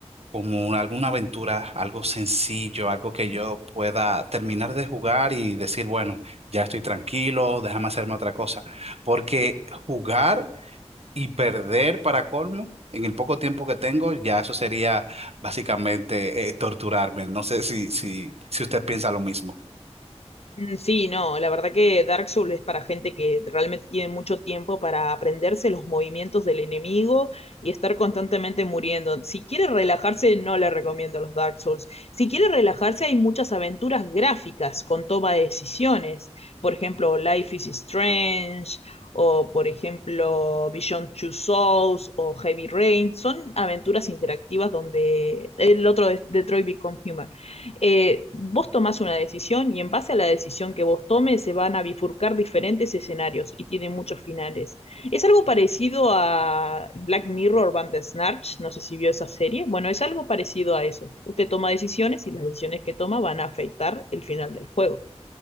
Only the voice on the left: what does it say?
Mm, Sí, no, la verdad que Dark Souls es para gente que realmente tiene mucho tiempo para aprenderse los movimientos del enemigo y estar constantemente muriendo. Si quiere relajarse, no le recomiendo los Dark Souls. Si quiere relajarse, hay muchas aventuras gráficas con toma de decisiones. Por ejemplo, Life is Strange o, por ejemplo, Beyond Two Souls o Heavy Rain. Son aventuras interactivas donde el otro es Detroit Become Human eh, vos tomás una decisión y en base a la decisión que vos tomes se van a bifurcar diferentes escenarios y tienen muchos finales. Es algo parecido a Black Mirror Bandersnatch, no sé si vio esa serie. Bueno, es algo parecido a eso. Usted toma decisiones y las decisiones que toma van a afectar el final del juego.